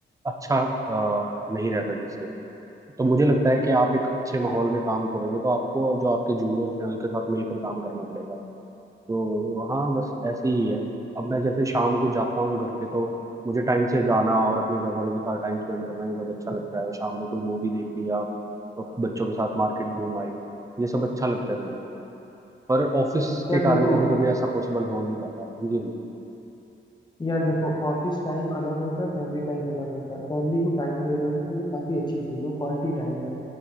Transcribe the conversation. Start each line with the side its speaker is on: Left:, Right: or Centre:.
Right: अच्छा अ, नहीं रहता जिससे तो मुझे लगता है कि आप एक अच्छे माहौल में काम करोगे तो आपको जो आपके जूनियर्स हैं उनके साथ मिलकर काम करना पड़ेगा तो हाँ बस ऐसे ही है अब मैं जैसे शाम को जाता हूँ घर पे तो मुझे टाइम से जाना और अपने घर वालों के साथ टाइम स्पेंड करना ये सब अच्छा लगता है शाम को कोई मूवी देख ली आप तो बच्चों के साथ मार्केट घूम आए ये सब अच्छा लगता है मुझे पर ऑफिस
Left: यार
Right: के
Left: देखो
Right: कारण कभी कभी ऐसा पॉसिबल हो नहीं पाता जी जी
Left: यार देखो ऑफिस टाइम अलग होता है फैमिली टाइम अलग होता है फैमिली को टाइम दे रहे हो ना तो वो काफी अच्छी चीज है क्वालिटी टाइम है